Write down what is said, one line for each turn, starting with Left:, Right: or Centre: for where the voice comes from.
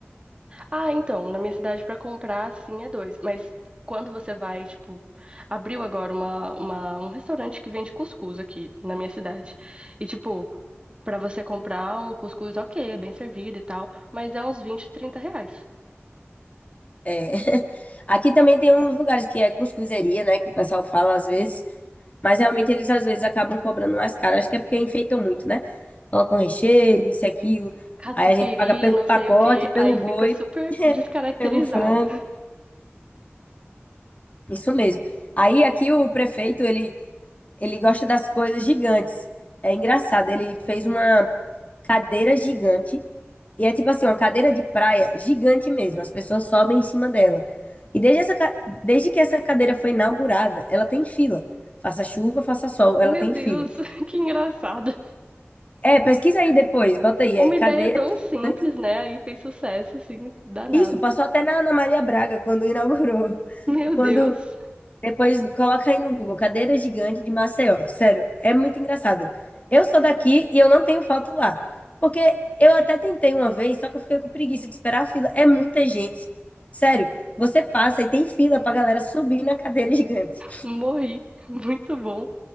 Right: Ah, então, na minha cidade pra comprar, sim, é dois. Mas quando você vai, tipo, abriu agora uma, uma- um restaurante que vende cuscuz aqui na minha cidade. E, tipo, pra você comprar um cuscuz, ok, é bem servido e tal, mas é uns 20, trinta reais.
Left: É. Aqui também tem uns lugares que é cuscuzeria, né? Que o pessoal fala às vezes. Mas realmente eles às vezes acabam cobrando mais caro. Acho que é porque enfeitam muito, né? Colocam recheio, isso e aquilo.
Right: Catupiry,
Left: Aí a gente paga pelo
Right: não
Left: pacote,
Right: sei o quê,
Left: pelo
Right: aí
Left: boi,
Right: fica super descaracterizado.
Left: pelo frango. Isso mesmo. Aí aqui o prefeito, ele Ele gosta das coisas gigantes. É engraçado, ele fez uma cadeira gigante e é tipo assim, uma cadeira de praia gigante mesmo. As pessoas sobem em cima dela. E desde, essa, ca- desde que essa cadeira foi inaugurada, ela tem fila. Faça chuva, faça sol, ela
Right: Meu
Left: tem
Right: Deus,
Left: fila.
Right: <laughs> que engraçado.
Left: É, pesquisa aí depois, bota aí,
Right: Uma
Left: é cadeira
Right: ideia tão
Left: gigante.
Right: simples, né? Aí fez sucesso, assim, danado.
Left: Isso, passou até na Ana Maria Braga quando inaugurou. <laughs>
Right: Meu
Left: Quando
Right: Deus.
Left: Depois coloca aí no Google, cadeira gigante de Maceió. Sério, é muito engraçado. Eu sou daqui e eu não tenho foto lá. Porque eu até tentei uma vez, só que eu fiquei com preguiça de esperar a fila. É muita gente. Sério, você passa e tem fila pra galera subir na cadeira <laughs> gigante.
Right: Morri, <laughs> muito bom.